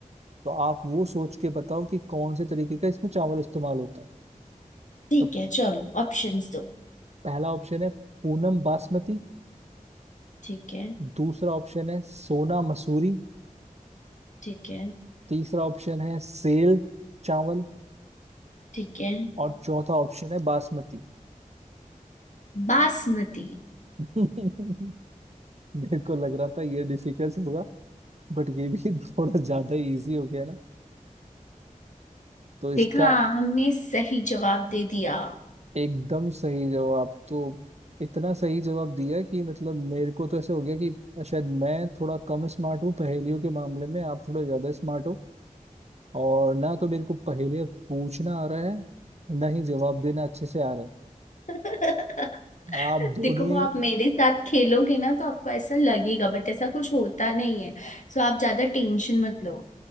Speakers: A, on the right (about 50°); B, on the left (about 60°).
A: तो आप वो सोच के बताओ कि कौन से तरीके का इसमें चावल इस्तेमाल होता है
B: ठीक
A: तो
B: है चलो ऑप्शंस दो
A: पहला ऑप्शन है पूनम बासमती
B: ठीक है
A: दूसरा ऑप्शन है सोना मसूरी
B: ठीक है
A: तीसरा ऑप्शन है सेल चावल
B: ठीक है
A: और चौथा ऑप्शन है बासमती
B: बासमती
A: <laughs> मेरे को लग रहा था ये डिफिकल्ट होगा बट ये भी <laughs> थोड़ा ज्यादा इजी हो गया ना तो इसका
B: देखा हमने सही जवाब दे दिया
A: एकदम सही जवाब तो इतना सही जवाब दिया कि मतलब मेरे को तो ऐसे हो गया कि शायद मैं थोड़ा कम स्मार्ट हूँ पहेलियों के मामले में आप थोड़े ज्यादा स्मार्ट हो और ना तो मेरे को पहेलियाँ पूछना आ रहा है ना ही जवाब देना अच्छे से आ रहा
B: <laughs>
A: है आप दोनों
B: देखो वो
A: ही
B: आप मेरे साथ खेलोगे ना तो आपको ऐसा लगेगा बट ऐसा कुछ होता नहीं है सो आप ज्यादा टेंशन मत लो